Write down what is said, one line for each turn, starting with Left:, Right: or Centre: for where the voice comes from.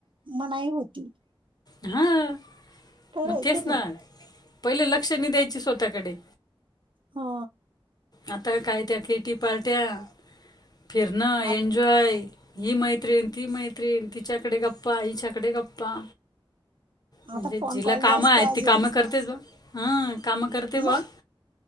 Right: मनाई होती.
Left: हा.
Right: खरंय
Left: मग तेच
Right: की नाही
Left: ना पहिले लक्ष नाही द्यायचे स्वतःकडे.
Right: हा.
Left: आता काय त्या किटी पार्ट्या, फिरणं,
Right: आ
Left: एन्जॉय. हि मैत्रीिण, ती मैत्रीिण, तिच्याकडे गप्पा, हिच्याकडे गप्पा. म्हणजे
Right: आता फोन
Left: जिला
Right: कॉल
Left: कामं
Right: जास्त
Left: आहेत.
Right: अजून
Left: ती कामं करतेच हं कामं करते बग.
Right: मग